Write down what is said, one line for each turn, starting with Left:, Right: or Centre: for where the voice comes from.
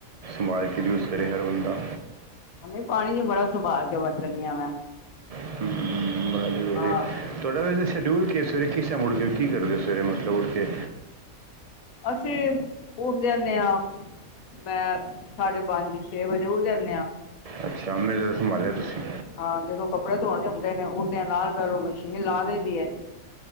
Right: <unintelligible> ਵੀ ਉਸੇ ਹਰ ਬੰਦਾ
Left: <unintelligible> ਪਾਣੀ ਨੂੰ ਬੜਾ ਸੰਭਾਲ ਕੇ ਵਰਤਣੀ ਆ ਮੈਂ
Right: ਹੂੰ
Left: ਹਾਂ
Right: ਤੁਹਾਡਾ ਵ ਸ਼ਡਊਲ ਕਿਸ <unintelligible> ਸਵੇਰੇ ਕਿਸਛ ਉੱਠ ਗ ਕੀ ਕਰਦੇ ਹੋ ਸਵੇਰੇ ਮਤਲਬ ਉਠ ਕੇ
Left: ਅਸੀਂ ਉੱਠ ਜਾਂਦੇ ਹਾਂ ਮੈਂ ਸਾਢੇ ਪੰਜ ਛੇ ਵਜੇ ਉੱਠ ਜਾਂਦੇ ਆ
Right: ਅੱਛਾ <unintelligible> ਜਾ ਸੰਭਾਲਿਆ ਤੁਸੀਂ
Left: ਹਾਂ ਜਦੋਂ ਕੱਪੜੇ ਧੋਣੇ ਹੁੰਦੇ ਨੇ ਉਠਦਿਆਂ ਨਾਲ ਪਹਿਲੋਂ ਮਸ਼ੀਨ ਲਾ ਲਈ ਦੀ ਐ